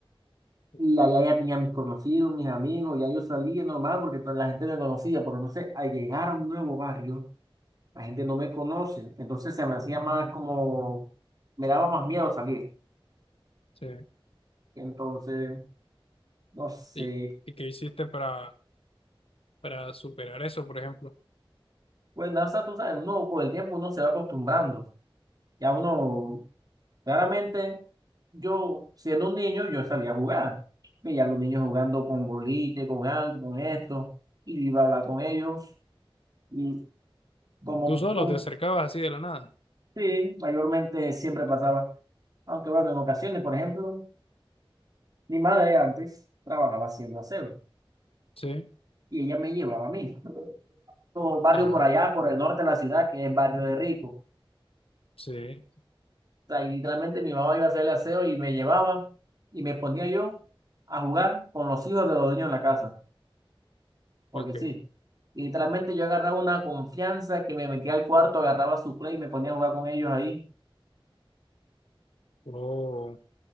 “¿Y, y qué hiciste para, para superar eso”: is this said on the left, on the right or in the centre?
Left